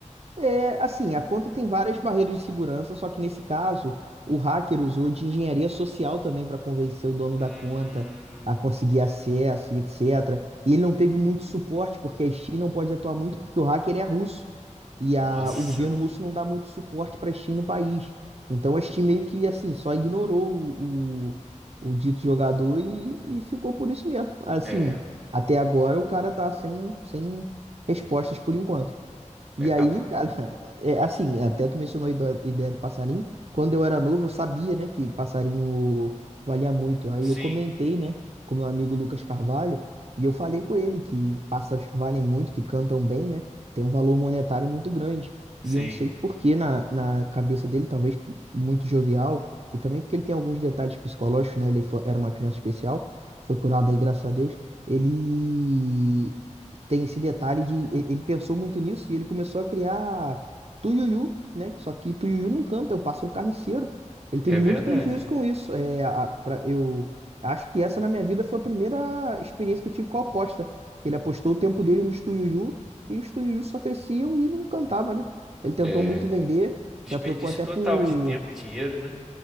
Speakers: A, on the right; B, in the centre.
A: É, assim, a conta tem várias barreiras de segurança, só que nesse caso, o hacker usou de engenharia social também para convencer o dono
B: Hum,
A: da conta a conseguir acesso e etc. E ele não teve muito suporte, porque a Steam não pode atuar muito, porque o hacker é russo. E
B: nossa,
A: a, o governo russo não dá muito suporte para a Steam no país. Então a Steam meio que, assim, só ignorou o, o, o dito jogador e, e ficou por isso mesmo. Assim,
B: é.
A: até agora o cara tá sem, sem respostas por enquanto. E
B: É capaz.
A: aí, cara, <laughs> é assim, até tu mencionou a ido- ideia do passarinho. Quando eu era novo, eu sabia, né, que passarinho valia muito. Aí
B: Sim,
A: eu comentei, né, com meu amigo Lucas Carvalho, e eu falei com ele que pássaros que valem muito, que cantam bem, né, tem um valor monetário muito grande.
B: sim,
A: E eu não sei por que na, na cabeça dele, talvez muito jovial, e também porque ele tem alguns detalhes psicológicos, né, ele fo- era uma criança especial, foi curado aí, graças a Deus. Ele tem esse detalhe de e- ele pensou muito nisso e ele começou a criar Tuiuiu, né? que Só que Tuiuiu não canta, é o pássaro carniceiro. Ele teve
B: é verdade.
A: muito prejuízo com isso. É, a- pra- eu acho que essa na minha vida foi a primeira experiência que eu tive com a aposta. Ele apostou o tempo dele nos Tuiuiu e os Tuiuiu só cresciam e não cantava, né? Ele tentou
B: É
A: muito vender,
B: desperdício
A: já trocou até
B: total
A: por
B: de tempo e dinheiro, né?